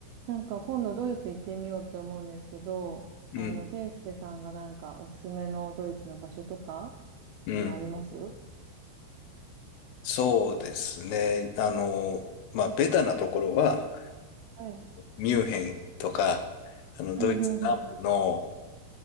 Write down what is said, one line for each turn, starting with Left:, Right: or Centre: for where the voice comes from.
Right: なんか今度ドイツ行ってみようって思うんですけど、
Left: うん、
Right: あの、ケイスケさんがなんかおすすめのドイツの場所とか、
Left: うん。
Right: あの、ありますは
Left: そうですね。あの、まあ、ベタなところは、
Right: い。
Left: ミュンヘンとか、あの、
Right: うん、
Left: ドイツ南部の、
Right: うん、うん。